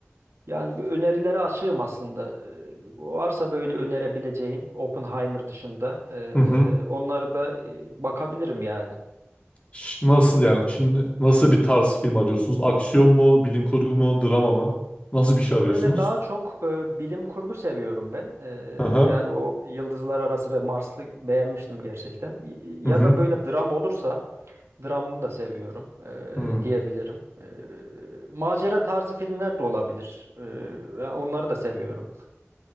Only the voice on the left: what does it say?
Hı hı.
Ş- Nasıl yani? Şimdi nasıl bir tarz film arıyorsunuz? Aksiyon mu? Bilim kurgu mu? Drama mı? Nasıl bir şey
arıyorsunuz?
Aha.
Hı
hı.
Hı.